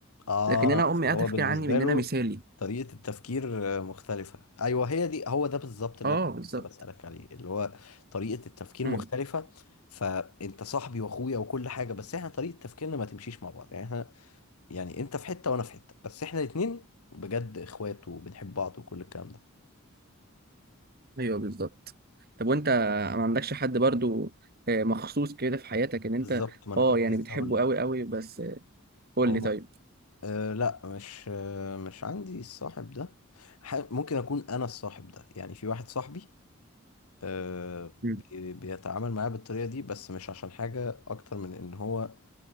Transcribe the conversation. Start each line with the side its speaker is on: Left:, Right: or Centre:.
Left: اه
Right: لكن انا امي
Left: هو
Right: قاعده فاكره
Left: بالنسبة
Right: عني من ان
Left: له
Right: انا مثالي
Left: طريقة التفكير آه، مختلفة ايوه هي دي هو ده بالظبط اللي
Right: اه
Left: أنا كنت
Right: بالظبط
Left: لسه بسألك عليه اللي هو طريقة التفكير
Right: امم
Left: مختلفة فانت صاحبي واخويا وكل حاجة بس احنا طريقة تفكيرنا ما تمشيش مع بعض يعني احنا يعني انت في حتة وانا في حتة بس احنا الاتنين بجد اخوات وبنحب بعض وكل الكلام ده
Right: ايوه بالظبط طب وانت ما عندكش حد برضو آه، مخصوص كده في حياتك ان انت
Left: بالظبط ما انا
Right: اه
Left: كنت
Right: يعني
Left: لسه
Right: بتحبه
Left: هقول لك
Right: قوي قوي بس آه، قول
Left: هما
Right: لي طيب
Left: آه لا مش آه مش عندي الصاحب ده ح- ممكن اكون انا الصاحب ده يعني في واحد صاحبي آه، بي-
Right: مم.
Left: بيتعامل معاه بالطريقة دي بس مش عشان حاجة أكتر من إن هو